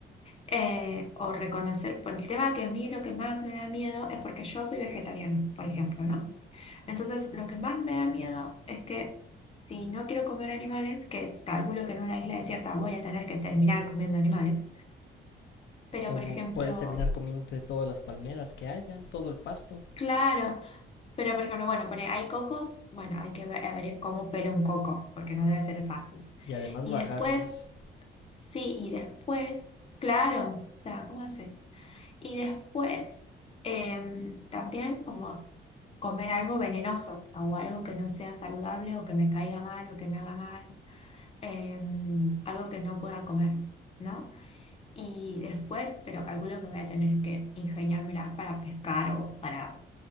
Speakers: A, on the left; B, on the left.
A: Eh, o reconocer, por el tema que a mí lo que más me da miedo es porque yo soy vegetariana, por ejemplo, ¿no? Entonces, lo que más me da miedo es que si no quiero comer animales, que calculo que en una isla desierta voy a tener que terminar comiendo animales, pero
B: O
A: por ejemplo,
B: puedes terminar comiéndote todas las palmeras que haya, todo el pasto,
A: claro, pero por ejemplo, bueno, pone, hay cocos, bueno, hay que ver, a ver cómo pelo un coco, porque no debe ser fácil.
B: y además
A: Y
B: bajarlos.
A: después, sí, y después, claro, o sea, ¿cómo hace? Y después, em, también como comer algo venenoso, o sea, o algo que no sea saludable o que me caiga mal o que me haga mal. em, algo que no pueda comer, ¿no? Y después, pero calculo que voy a tener que ingeniármelas para pescar o para